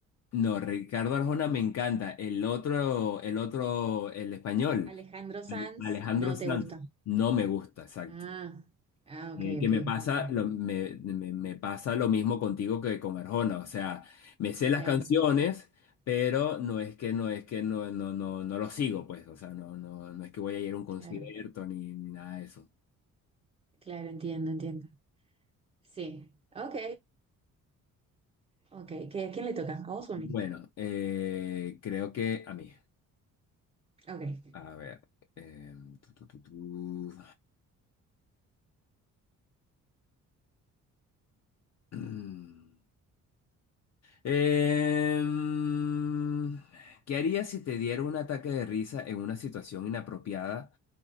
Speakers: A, on the left; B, on the right.
A: no, Ricardo Arjona me encanta. El otro, el otro, el español,
B: Alejandro Sanz
A: Al- Alejandro
B: no
A: Sanz,
B: te gusta.
A: no me gusta, exacto.
B: Ah, ah,
A: Eh,
B: ok,
A: que
B: ok,
A: me pasa,
B: ok.
A: lo, me, me- me pasa lo mismo contigo que con Arjona. O sea, me sé las
B: Claro,
A: canciones, pero no es que no es que no, no, no, no lo sigo, pues. O sea, no, no, no es que voy a ir a un concierto
B: claro,
A: ni, ni nada de eso.
B: claro, entiendo, entiendo. Sí, ok, ok. ¿Qué, a quién le toca? ¿A vos o
A: Bueno,
B: a mí?
A: eh, creo que a mí.
B: Ok.
A: A ver. eh, tu, tu, tu, tu. <clears throat> Em, ¿qué harías si te diera un ataque de risa en una situación inapropiada